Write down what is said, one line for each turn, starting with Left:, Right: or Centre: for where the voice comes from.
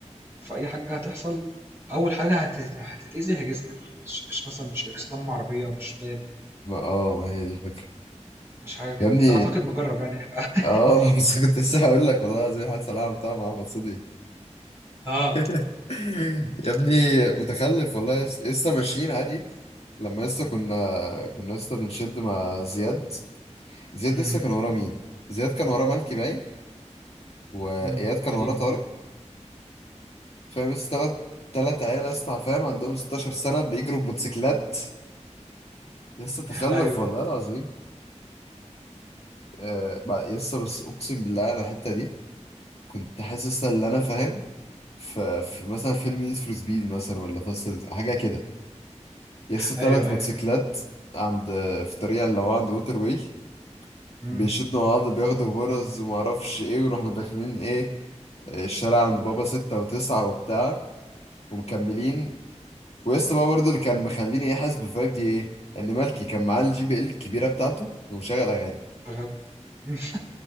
Right: فاي حاجة هتحصل اول حاجة هت- هتتأذي هي جسمك مش مش مثلا مش اكسدام عربية مش باب
Left: ما اه ما هي دي الفكره
Right: مش حاجة كده
Left: يا ابني
Right: وانت اعتقد مجرب يعني <laughs>
Left: اه <laughs> بس كنت لسه هقول لك والله زي حد سلام بتاع مع احمد صديق
Right: اه
Left: <laughs> يا ابني متخلف والله يس- لسه ماشيين عادي لما لسه كنا كنا لسه بنشد مع زياد زياد
Right: امم
Left: لسه كان وراه مين زياد كان وراه ملكي باين واياد
Right: أمم،
Left: كان
Right: تقريبا
Left: وراه طارق فاهم لسه تلات تلات عيال لسه فاهم عندهم 16 سنة بيجروا بموتوسيكلات لسه تخلف
Right: ايوه
Left: والله العظيم آه بعد- لسه بس اقسم بالله انا الحتة دي كنت حاسس ان انا فاهم في في مثلا فيلم نيد فور سبيد مثلا ولا فاست حاجة كده يس تلات
Right: أيوه،
Left: موتوسيكلات
Right: أيوه.
Left: عند في الطريق اللي هو عند ووتر واي
Right: إمم.
Left: بيشدوا مع بعض بياخدوا غرز ومعرفش ايه ورحنا داخلين ايه الشارع عند بابا ستة وتسعة وبتاع ومكملين ويس بقى برضو اللي كان مخليني ايه حاسس بالفايب دي ايه ان مالكي كان معاه الجي بي ال الكبيرة بتاعته ومشغل اغاني
Right: شغّال <laughs> إمم.